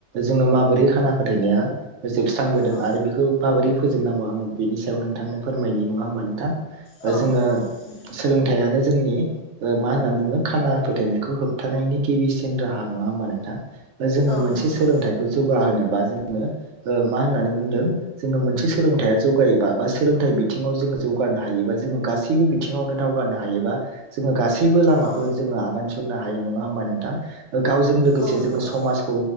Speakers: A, on the right; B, on the left.
A: जोङो माबोरै खाना फोथायनाया फोजोबस्रांबोदों
B: औ
A: आरो बेखौ माबोरै फोजोबनांगौ आङो बेनि सायाव नोंथांनो फोरमायनि नङा होमबा नोंथां
B: औ
A: जोङो
B: औ
A: सोलोंथाइयानो जोंनि ओ- मा होनना बुङो खाना फोथायनायखौ होबथानायनि गिबिसिन राहा नङा होमबा नोंथां? जोङो
B: औ
A: मोनसे
B: नंगौ
A: सोलोंथाइखौ जौ गा होनोबा जोङो ओ- मा होननानै बुंदों जोङो मोनसे सोलोंथाइया जौगायोबा बा सोलोंथाइ बिथिङाव जोङो जौगानो हायोबा जोङो गासैबो बिथ थिङावनो दावगानो हायोबा जोङो गासै सैबो लामाखौ
B: औ
A: जोङो आगान सु सुननो हायो नङा होमबा नोंथां? ओ-गावजों लोगोसे
B: औ
A: जोङो
B: नंगौ
A: समाजखौ